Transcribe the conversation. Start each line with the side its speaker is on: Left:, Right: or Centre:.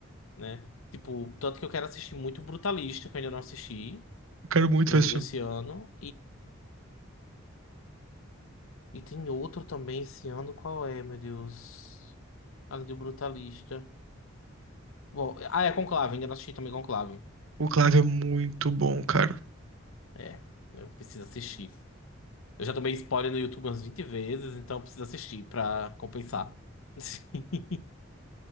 Left: né? Tipo, tanto que eu quero assistir muito Brutalista, que eu ainda não assisti,
Right: eu quero muito
Left: do,
Right: ver esse
Left: desse
Right: filme.
Left: ano, E tem outro também esse ano, qual é, meu Deus? Além do Brutalista. Bom, ah, é Conclave, ainda não assisti também Conclave.
Right: Conclave é muito bom, cara.
Left: É, eu preciso assistir. Eu já tomei spoiler no YouTube umas 20 vezes, então eu preciso assistir pra compensar. <laughs>